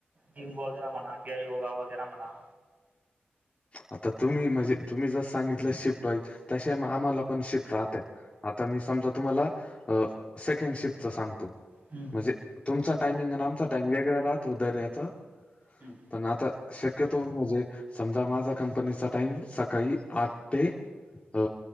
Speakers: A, on the right (about 40°); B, on the left (about 30°).
A: जिम वगैरे म्हणा कि योगा वगैरे म्हणा.
B: आता तुम्ही म्हणजे तुम्ही जर सांगितलं शिफ्ट व्हाईल तसे मग आम्हाला पण शिफ्ट राहत. आता मी समजा तुम्हाला सेकंड शिफ्टच सांगतो.
A: हम्म.
B: म्हणजे तुमचा टायमिंग आमचा टाइमंग वेगळा राहतो दर याचा
A: हम्म.
B: पण आता शक्यतो म्हणजे समजा माझा कंपनीचा टाइम सकाळी आठ ते अ